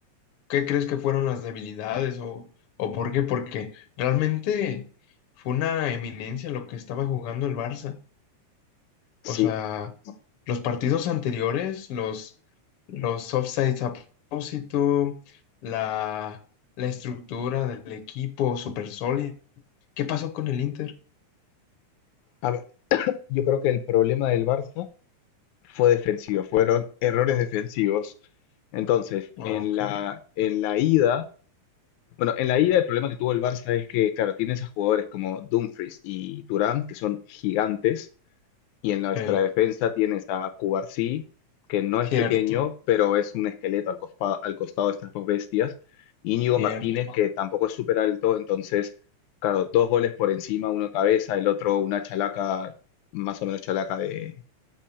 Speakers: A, on the left (about 60°); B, on the left (about 80°).
A: ¿qué crees que fueron las debilidades o, o por qué? Porque realmente fue una eminencia lo que estaba jugando el Barça.
B: Sí.
A: O sea, los partidos anteriores, los, los offsides a propósito, la, la estructura del equipo súper sólida. ¿Qué pasó con el Inter?
B: A ver, yo creo que el problema del Barça fue defensivo, fueron errores defensivos. Entonces,
A: Ok,
B: en la, en la ida, bueno, en la ida el problema que tuvo el Barça es que, claro, tiene a jugadores como Dumfries y Thuram, que son gigantes, Y en nuestra
A: sí,
B: defensa tienes a Cubarsí, que no
A: cierto,
B: es pequeño, pero es un esqueleto al, cospa- al costado de estas dos bestias. Íñigo
A: cierto,
B: Martínez, que tampoco es súper alto, entonces, claro, dos goles por encima, uno cabeza, el otro una chalaca, más o menos chalaca de,